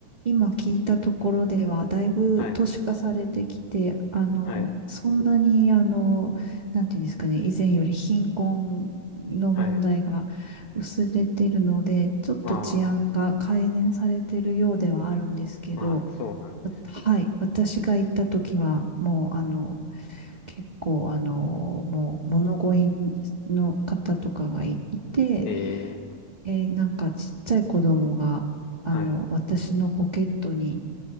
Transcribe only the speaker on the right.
今聞いたところでは、だいぶ都市化されてきて、
あの、
そんなに、あの、なんていうんですかね、以前より貧困の問題が薄れてるので、
ちょっと治安が改善されてるようではあるんですけど、
わはい。私が行った時は、もう、あの、結構、あの、もう、物乞いの方とかがい、いて、
えーなんか、ちっちゃい子供が、あの、
私のポケットに、